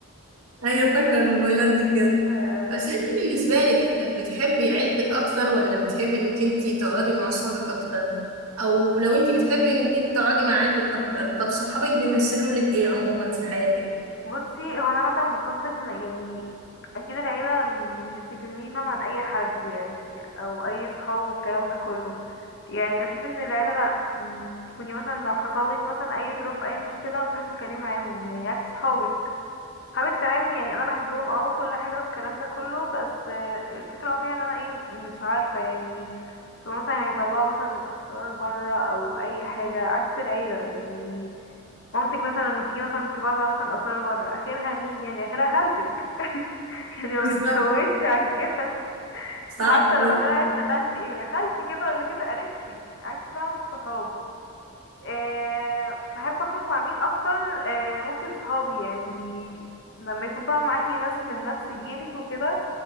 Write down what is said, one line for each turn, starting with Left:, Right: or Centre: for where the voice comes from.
Right: ايوه فاكره الموبايلات دي بجد
Left: ف-
Right: بس انت بالنسبه لك بتحبي عيلتك اكتر ولا بتحبي انك انت تقعدي مع اصحابك اكتر او لو انت بتحبي انك انت تقعدي مع عيلتك اكتر طب صحابك بيمثلوا لك ايه عموما في حياتك
Left: بصي هو انا مثلا بفضل يعني اكيد العيله مش بتغني فاهمة عن اي حد يعني او اي صحاب والكلام ده كله يعني بشوف ان العيله لا م، تكوني مثلا لو حصل لك مثلا اي تروب اي مشكله بتروحي تتكلمي معاهم يعني عكس صحابك حبك تمام يعني انا بحبهم اه كل حاجه والكلام ده كله بس آه، الفكره فيها ان انا ايه مش عارفه يعني هو مثلا هيطلعوا مثلا الاسرار بره او اي حاجه عكس العيله يعني مامتك مثلا لما تيجي مثلا تطلع مثلا اسرار بره اخرها مين يعني اخرها خالتك <laughs> يعني
Right: بالظبط
Left: ما بتزودش عن كده
Right: صح
Left: فحتى
Right: جدا
Left: لو طلعت لخالتي ايه يا خالتي كده ولا كده قريبتي يعني عكس فعلا الصحاب أه بحب اخرج مع مين اكتر أه ممكن صحابي يعني لما يكون طبعا معاكي ناس من نفس جيلك وكده